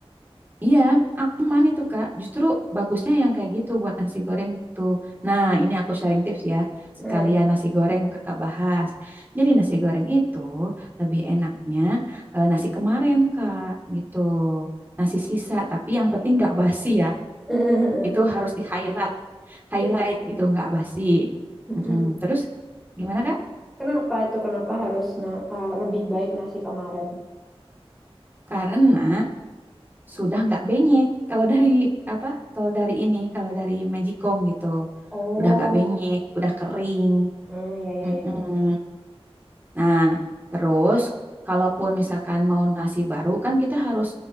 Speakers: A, on the right (about 20°); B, in the centre.
A: Iya, aman itu Kak. Justru bagusnya yang kayak gitu buat nasi goreng tuh. Nah, ini aku sharing tips ya. Sekalian
B: Heeh.
A: nasi goreng Kakak bahas. Jadi nasi goreng itu lebih enaknya eh, nasi kemarin Kak, gitu. Nasi sisa, tapi yang penting nggak basi ya.
B: <laughs>
A: Itu harus di highlight, highlight
B: Itu
A: gitu nggak basi.
B: mm-mm.
A: Mm-mm. Terus gimana Kak?
B: Kenapa itu? Kenapa harus na- eh, lebih baik nasi kemarin?
A: karena sudah nggak benyek. Kalau dari apa? Kalau dari ini, kalau dari Magicom gitu,
B: Oh,
A: udah nggak benyek, udah
B: gitu.
A: kering.
B: Hmm, ya, ya,
A: Mm-mm.
B: ya, ya.
A: Nah, terus kalaupun misalkan mau nasi baru kan kita harus